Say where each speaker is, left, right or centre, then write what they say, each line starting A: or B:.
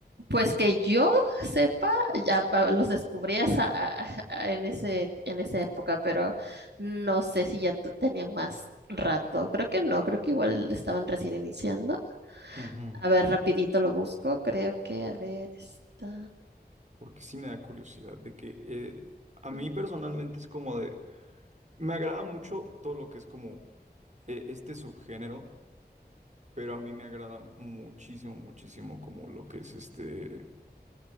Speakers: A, on the right (about 85°); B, on the right (about 45°).
A: Pues que yo sepa, ya ah, los descubrí esa- a- a- en ese, en esa época, pero no sé si ya tu- tenían más rato. Creo que no, creo que igual estaban recién iniciando.
B: Ujú.
A: A ver, rapidito lo busco. Creo que, a ver, está...
B: Porque sí me da curiosidad de que eh, a
A: mm,
B: mí personalmente es como de, me agrada mucho todo lo que es como eh, este subgénero, pero a mí me agrada muchísimo, muchísimo como lo que es este.